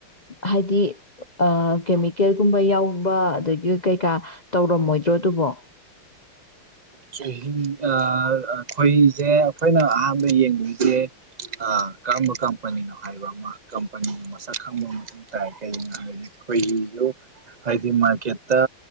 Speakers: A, on the left (about 35°); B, on the right (about 75°).
A: ꯍꯥꯏꯗꯤ ꯑ ꯀꯦꯃꯤꯀꯦꯜꯒꯨꯝꯕ ꯌꯥꯎꯕ ꯑꯗꯒꯤ ꯀꯩꯀꯥ ꯇꯧꯔꯝꯃꯣꯏꯗ꯭ꯔꯣ ꯑꯗꯨꯕꯣ
B: ꯆꯨꯍꯤ ꯑ ꯈꯣꯏꯍꯤꯁꯦ ꯑꯩꯈꯣꯏꯅ ꯑꯍꯥꯟꯕ ꯌꯦꯡꯗꯣꯏꯁꯦ ꯑ ꯀꯔꯝꯕ ꯀꯝꯄꯅꯤꯅꯣ ꯍꯥꯏꯕ ꯑꯃ ꯀꯝꯄꯅꯤ ꯃꯁꯛ ꯈꯪꯕ ꯃꯊꯧ ꯇꯥꯏ ꯀꯩꯒꯤꯅꯣ ꯍꯥꯏꯕꯗꯤ ꯈꯣꯏꯍꯤꯗꯣ ꯍꯥꯏꯗꯤ ꯃꯥꯔꯀꯦꯠꯇ